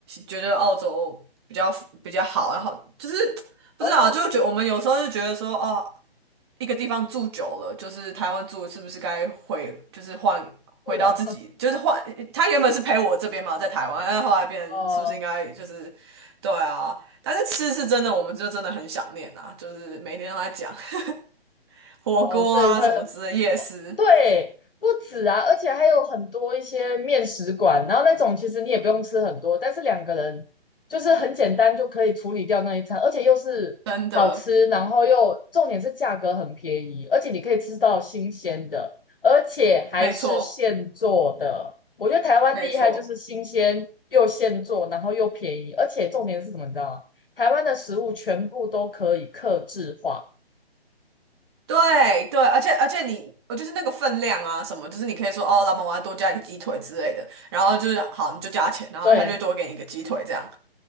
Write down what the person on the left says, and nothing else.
哦，
是哦，
哦
哦，所以会。哦
对，不止啊，而且还有很多一些面食馆，然后那种其实你也不用吃很多，但是两个人就是很简单就可以处理掉那一餐，而且又是好吃，
然后又重点是价格很便宜，而且你可以吃到新鲜的，而且还是现做的。
我觉得台湾厉害就是新鲜又现做，
然后又便宜，而且重点是什么，你知道吗？台湾的食物全部都可以克制化。
对，